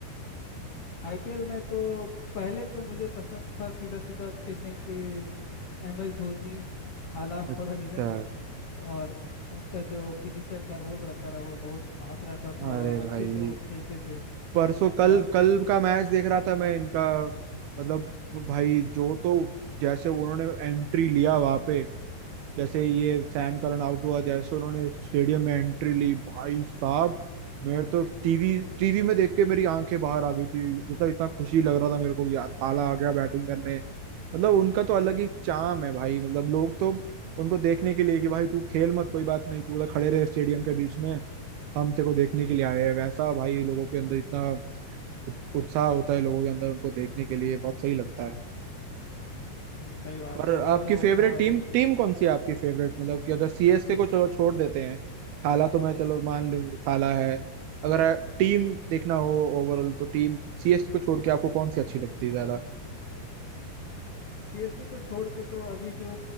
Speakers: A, on the left; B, on the right.
A: आईपीएल में तो पहले तो मुझे पसंद था सीधा सीधा चेन्नई के M S Dhoni Thala
B: अच्छा
A: for a reason और उनका जो फिनिशर का रोल रहता रहा वो बहुत खास रहता था
B: अरे
A: और अच्छे
B: भाई
A: से वो खेलते थे
B: परसों कल
A: और
B: कल का मैच देख रहा था मैं इनका मतलब भाई जो तो जैसे उन्होंने एंट्री लिया वहां पे जैसे ये सैम करन आउट हुआ जैसे उन्होंने स्टेडियम में एंट्री ली भाई साहब मेरे तो टीवी टीवी में देख के मेरी आंखें बाहर आ गई थी मतलब इतना खुशी लग रहा था मेरे को यार ताला आ गया बैटिंग करने मतलब उनका तो अलग ही चाम है भाई मतलब लोग तो उनको देखने के लिए कि भाई तू खेल मत कोई बात नहीं तू उधर खड़े रहे स्टेडियम के बीच में हम तेरे को देखने के लिए आए हैं वैसा भाई लोगों के अंदर इतना उत- उत्साह होता है लोगों के अंदर उनको देखने के लिए बहुत सही लगता है
A: हम्म, सही बात
B: और
A: है वो
B: आपकी फेवरेट
A: अपना
B: टीम
A: उस
B: टीम कौन सी है आपकी फेवरेट मतलब कि अगर सीएसके को चलो छोड़ देते हैं थाला तो मैं चलो मान लूं थाला है अगर टीम देखना हो ओवरऑल तो टीम सीएसके को छोड़ के आपको कौन सी अच्छी लगती है ज्यादा
A: सीएसके को छोड़ के तो अभी जो